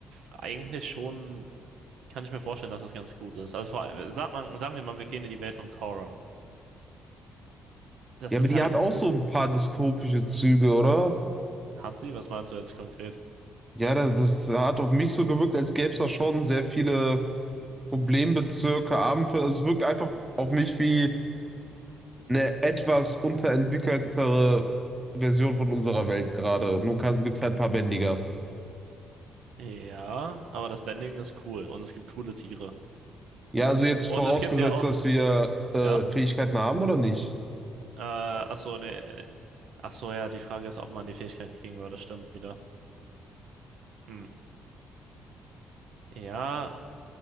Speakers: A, on the right; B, on the right.
A: eigentlich schon, kann ich mir vorstellen, dass das ganz gut ist. Also vor allem, sag mal, sagen wir mal, wir gehen in die Welt von Korra. Das
B: Ja,
A: ist
B: aber die
A: halt,
B: hat auch so ein paar dystopische Züge, oder?
A: hat sie, was meinst du jetzt konkret?
B: Ja, das, das hat auf mich so gewirkt, als gäbe es da schon sehr viele Problembezirke, Abendfälle. Also es wirkt einfach auf mich wie eine etwas unterentwickeltere Version von unserer Welt gerade. Nur gibt es halt ein paar Bändiger.
A: Ja, aber das Bending ist cool und es gibt coole Tiere.
B: Ja, also jetzt
A: Und
B: vorausgesetzt,
A: es gibt ja auch,
B: dass wir äh,
A: ja,
B: Fähigkeiten haben oder nicht?
A: äh, ach so, ne, ach so, ja, die Frage ist, ob man die Fähigkeiten kriegen würde, stimmt wieder. Hm. Ja,